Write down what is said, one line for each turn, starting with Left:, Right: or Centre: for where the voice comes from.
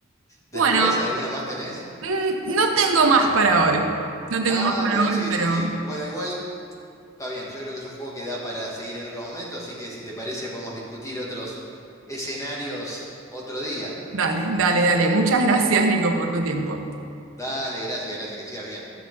Left: Después,
Right: Bueno.
Left: ¿alguna más tenés?
Right: Mm, No tengo más para hoy. No tengo
Left: Ah,
Right: más para
Left: bueno,
Right: hoy,
Left: sí,
Right: pero
Left: sí, sí. Bueno, igual. Está bien, yo creo que es un juego que da para seguir en otro momento, así que si te parece podemos discutir otros escenarios otro día.
Right: dale, dale, dale. Muchas gracias, Nico, por tu tiempo.
Left: Dale, gracias, gracias, que sigas bien.